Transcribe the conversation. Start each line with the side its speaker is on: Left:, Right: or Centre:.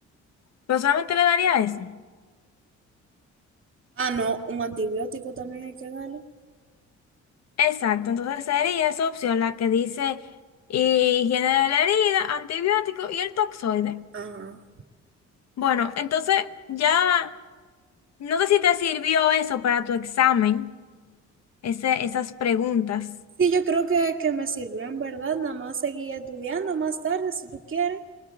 Left: Pero solamente le daría eso.
Right: Ah, no, un antibiótico también hay que darle.
Left: Exacto, entonces sería esa opción la que dice higiene de la herida, antibiótico y el toxoide.
Right: Ajá.
Left: Bueno, entonces ya no sé si te sirvió eso para tu examen, ese, esas preguntas.
Right: Sí, yo creo que, que me sirvió en verdad. Nada más seguí estudiando más tarde si tú quieres.